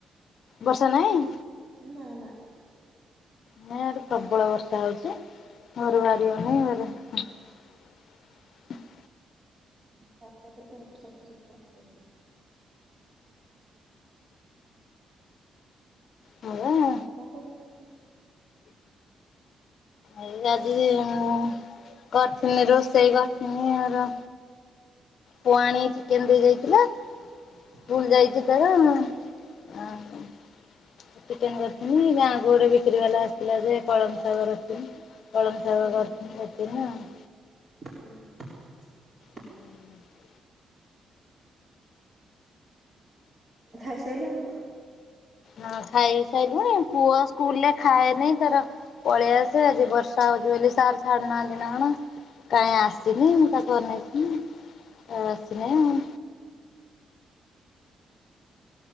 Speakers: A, on the left; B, on the right.
A: ବର୍ଷା ନାଇଁ?
B: ନା ନା।
A: ମୋ ଆଡେ ପ୍ରବଳ ବର୍ଷା ହଉଛି ଘରୁ ବାହରି
B: ଉଁ
A: ହୋଉନି ଆରେ <inaudible>
B: <unintelligible>
A: ବୌନ।
B: କଣ <unintelligible>
A: ଏଇ ଆଜି ଉମ୍ କରିଥିନ ରୋଷେଇ କରିଥିନି ଆର ପୁଅ ଆଣି ଚିକେନ ଦେଇ ଯାଇଥିଲା। ସ୍କୁଲ
B: ହୁଁ
A: ଯାଇଛି ତାର ଚିକେନ୍ କରିଥିନି ଗାଁକୁ ଗୋଟେ ବିକ୍ରି ବାଲା ଆସିଥିଲା ଯେ କଳମ ଶାଗ ରଖିଥିଲି। କଳମ ଶାଗ
B: ହୁଁ
A: <unintelligible>
B: ହୁଁ।
A: <inaudible>
B: ଖାଇସାଇଲନି।
A: ହଁ ଖାଇସାରିଲୁଣି ପୁଅ ସ୍କୁଲରେ ଖାଏନହିଁ ତାର ପଳେଇ ଆସେ ଆଜି ବର୍ଷା ବର୍ଷା ହଉଚି ବୋଲି ସାର ଛାଡୁନାହାନ୍ତି ନା କଣ କାହିଁ ଆସିନି ମୁଁ ତାକୁ ନେଇକି ଆସିନାଇଁ ଆଉ।